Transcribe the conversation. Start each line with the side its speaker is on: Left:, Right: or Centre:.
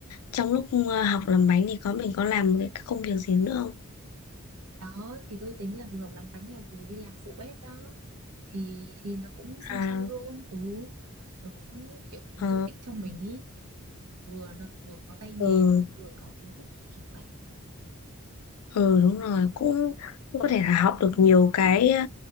Left: trong lúc ờ, học làm bánh thì có mình có làm cái công việc gì nữa không
Right: đó thì tôi tính là vừa học làm bánh là vừa đi làm phụ bếp đó thì thì nó cũng song
Left: à
Right: song luôn ừ nó cũng kiểu
Left: ờ,
Right: giúp ích cho mình ý vừa nó vừa có tay nghề
Left: ừ
Right: mà vừa có kiến thức kiểu vậy
Left: ừ đúng rồi cũng cũng có thể là học được nhiều cái ờ,